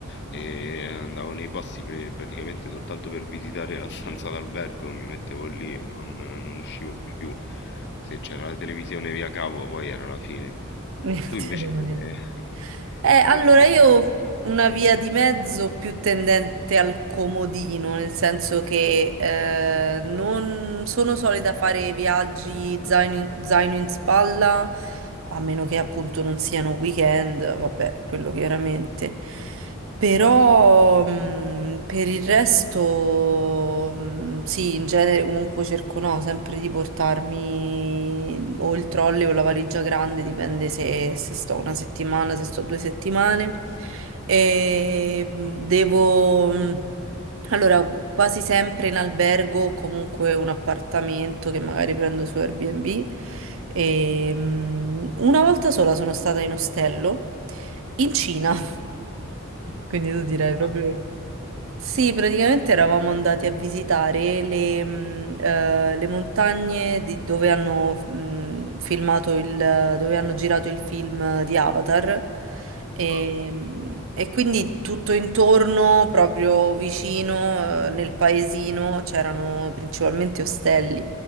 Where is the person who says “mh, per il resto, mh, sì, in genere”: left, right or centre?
Right